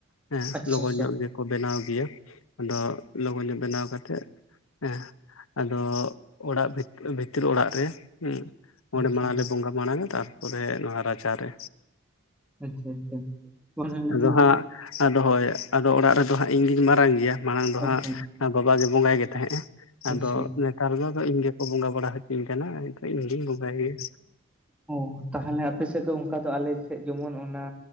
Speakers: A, on the left; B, in the centre.
A: ᱦᱮᱸ
B: ᱟᱪᱪᱷᱟ
A: ᱞᱚᱜᱚᱱ
B: ᱟᱪᱪᱷᱟ
A: ᱧᱚᱜ ᱜᱮᱠᱚ ᱵᱮᱱᱟᱣ ᱜᱮᱭᱟ, ᱟᱫᱚ ᱞᱚᱜᱚᱱ ᱧᱚᱜ ᱵᱮᱱᱟᱣ ᱠᱟᱛᱮᱫ ᱮᱸ ᱟᱫᱚ ᱚᱲᱟᱜ ᱵᱷᱤᱛ-ᱵᱷᱤᱛᱤᱨ ᱚᱲᱟᱜ ᱨᱮ ᱩᱸ ᱚᱸᱰᱮ
B: ᱟᱪᱪᱷᱟ
A: ᱢᱟᱲᱟᱝ ᱞᱮ ᱵᱚᱸᱜᱟ ᱢᱟᱲᱟᱝᱼᱟ, ᱛᱟᱨᱯᱚ ᱨᱮ ᱱᱚᱣᱟ ᱨᱟᱪᱟ ᱨᱮ᱾
B: ᱟᱪᱪᱷᱟ ᱟᱪᱪᱷᱟ, ᱵᱟᱠᱷᱟᱱ ᱟᱞᱮᱫᱚ
A: ᱟᱫᱚ ᱦᱟᱸᱜ
B: <inaudible>
A: ᱟᱫᱚ ᱦᱳᱭ ᱟᱫᱚ ᱚᱲᱟᱜ ᱨᱮᱫᱚ ᱦᱟᱸᱜ ᱤᱧ ᱜᱤᱧ ᱢᱟᱨᱟᱝ ᱜᱮᱭᱟ, ᱢᱟᱲᱟᱝ ᱫᱚ
B: ᱟᱪᱪᱷᱟ
A: ᱦᱟᱸᱜ ᱵᱟᱵᱟᱜᱮ ᱵᱚᱸᱜᱟᱭ ᱜᱮ ᱛᱟᱦᱮᱸᱜᱼᱮ ᱾ ᱟᱫᱚ
B: ᱟᱪᱪᱷᱟ
A: ᱱᱮᱛᱟᱨ ᱫᱚ ᱤᱧ ᱜᱮᱠᱚ ᱵᱚᱸᱜᱟ ᱵᱟᱲᱟ ᱦᱚᱪᱚᱧ ᱠᱟᱱᱟ᱾ ᱤᱧᱜᱤᱧ ᱵᱚᱸᱜᱟᱭ ᱜᱮᱭᱟ
B: <inaudible> ᱚ ᱛᱟᱦᱟᱞᱮ ᱟᱯᱮ ᱥᱮᱫ ᱫᱚ ᱚᱱᱠᱟ ᱫᱚ ᱟᱞᱮ ᱥᱮᱫ ᱡᱮᱢᱚᱱ ᱚᱱᱟ,